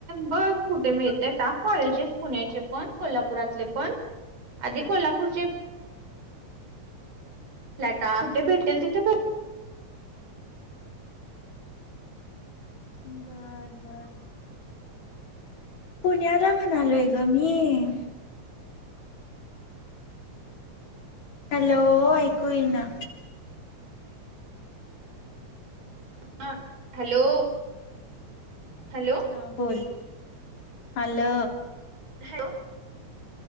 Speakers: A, on the right (about 60°); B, on the left (about 70°).
A: बघ कुठे मी येते ट कॉलेजेस पुण्याचे पण कोल्हापुरातले पण.. आधी कोल्हापूरचे.. टा कुठे भेटेल तिथेे भेटेल. रिकामा
B: बर
A: ऑडिओ
B: बर पुण्याला म्हणालोय ग मी. हॅलो ऐकू येना
A: हा हॅलो हॅलो
B: हा बोल आल
A: हॅलो